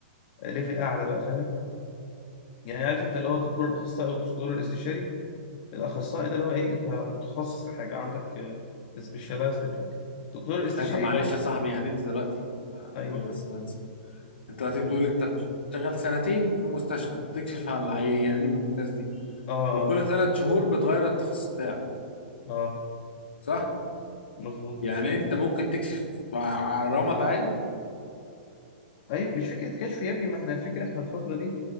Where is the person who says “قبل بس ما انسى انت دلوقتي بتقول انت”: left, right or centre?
Left